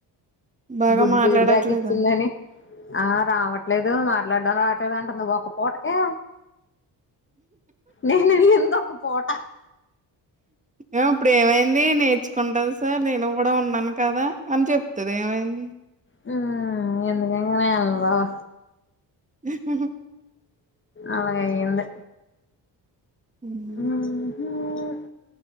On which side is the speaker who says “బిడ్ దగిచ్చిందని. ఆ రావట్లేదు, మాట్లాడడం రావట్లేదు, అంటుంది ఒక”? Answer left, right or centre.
Left